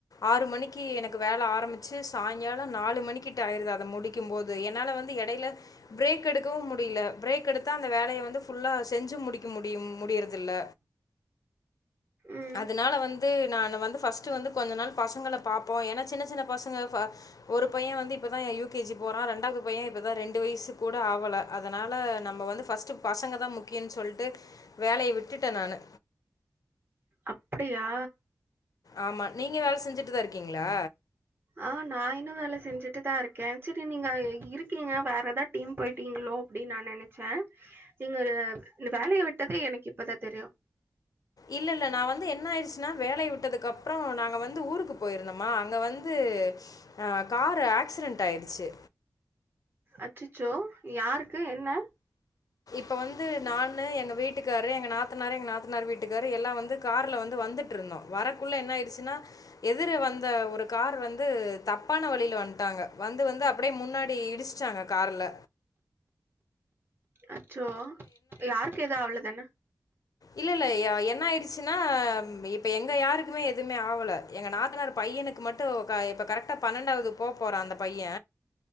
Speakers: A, on the left (about 80°); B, on the right (about 40°).
A: ஆறு மணிக்கு எனக்கு வேல ஆரம்பிச்சு சாயங்காலம் நாலு மணிக்கிட்டாயிறுது அத முடி க்கும் போது என்னால வந்து எடையில பிரேக் எடுக்கவும் முடியில பிரேக் எடுத்தா அந்த வேலய வந்து ஃபுல்லா செஞ்சு முடிக்க முடியும் முடியிறதில்ல
B: ம்
A: அதுனால வந்து நா வந்து ஃபர்ஸ்ட் வந்து கொஞ்ச நாள் பசங்கள பாப்போ ஏனா சின்ன சின்ன பசுங்க வ ஒரு பையன் வந்து இப்பதா யூ கேஜி போறா ரெண்டாவது பையன் இப்பதா ரெண்டு வயசு கூட ஆவல அதனால நம்ம வந்து ஃபர்ஸ்ட் பசங்க தா முக்கியன் சொல்ட்டு வேலய விட் விட்டுட்டன் நானு
B: அப்டியா
A: ஆமா நீங்க வேல செஞ்சுட்டுதா இருக்கீங்ளா
B: ஆ நா இன்னு வேல செஞ்சுட்டு தாருக்கே சரி நீங்க இருக்கீங்க வேற ஏதா டீம் போயிட்டீங்ளோ அப்டின் நா நெனச்ச நீங்க வேலய விட்டது எனக்கு இப்பதா தெரியு
A: இல்ல இல்ல நா வந்து என்ன ஆயிடுச்சுன்னா வேலைய விட்டதுக்கப்ற நாங்க வந்து ஊருக்கு போயிருந்தோமா அங்க வந்து ஆ காரு ஆக்ஸிடென்ட் ஆயிருச்சு
B: அச்சச்சோ யாருக்கு என்ன
A: ப்ப வந்து நானு எங்க வீட்டுக்கார்ரு எங்க நாத் நாத்தனாரு எ நாத்தனாரு வீட்டுக்கார்ரு எல்லா வந்து கார்ல வந்து வந்துட்ருந்தோ வரக்குள்ள என்ன ஆய்ச்சுன்னா எதிர வந் இந்த ஒரு காரு வந்து த தப்பான வழில வன்ட்டாங்க வந்து வந்து அ அப்டியே முன்னாடி இடிச்டாங்க கார்ல
B: அச்சோ யாருக்கு எது ஆவ்ளதான
A: இல்லல்ல ய என்னாயிடுச்சுனா இப்ப எங்க யாருக்குமே எதுவ்மே ஆவல எங்க நாத்தனார் பையனுக்கு மட்டு க இப்ப கரெக்டா பன்னெண்டாவுது போ போறா அந்த பைய